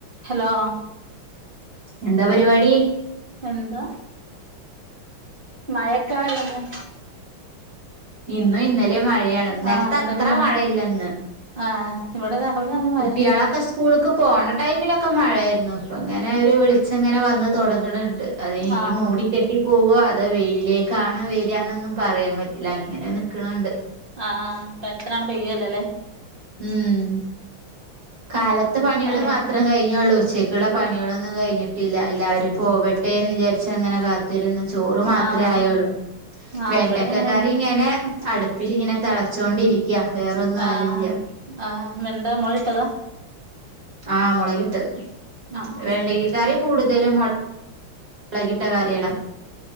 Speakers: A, on the right; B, on the right.
A: Hello
B: എന്താ പരിപാടി?
A: എന്താ മഴക്കാണല്ല ഇന്ന്
B: ഇന്നും ഇന്നലെ മഴയാണ് ഇന്നലത്തെ
A: ആഹ് ഇന്നലിം
B: അത്ര
A: മഴ
B: മഴയില്ല ഇന്ന്
A: ആഹ് ഇവിടെ രാവിലെ നല്ല മഴായിരുന്നു
B: കുട്ടിളൊക്കെ സ്കൂളക്ക് പോണ ടൈമിലൊക്കെ മഴയായി ഇന്ന് ഇപ്പ ഇങ്ങനെ ഒരു വിളിച്ചങ്ങനെ വന്ന് തുടഞണ്ട് അത് ഇനിയും
A: ആഹ്
B: മൂടിക്കെട്ടി പോകോ അത് വെയിലിലേക്കാണ് വരാനൊന്നും പറയാൻ പറ്റില്ല അങ്ങനെ നിക്കണണ്ട്
A: ആഹ് ഇപ്പൊ എത്രനാണ് പെയ്യലാലേ.
B: ഉം കാലത്ത് പണികള്
A: പണി
B: മാത്രം കഴിഞ്ഞൊള്ളൂ ഉച്ചക്കൊള്ള പണികളൊന്നും കഴിഞ്ഞ് ട്ടില്ല എല്ലാവെരും പോവട്ടെന്ന് വിചാരിച്ചങ്ങനെ കാത്തിരുന്ന് ചോറ് മാത്ര
A: ആഹ്
B: ആയൊള്ള്
A: ആഹ്
B: വെണ്ടക്കക്കറി
A: ഇവിടെ അങ്ങനെന്നെ
B: ഞാന് അടുപ്പിലിങ്ങെനെ തെളച്ചോണ്ടിരിക്കയാ വേറൊന്നും
A: ആഹ്
B: ആയില്യാ.
A: ആഹ്, വെണ്ട മൊളിട്ടതാ
B: ആഹ് മൊളക്കിട്ടത്.
A: ആഹ് ആഹ്
B: വേണ്ടക്ക കറി കൂടുതലും മൊ ളകിട്ടക്കറിയാണ്.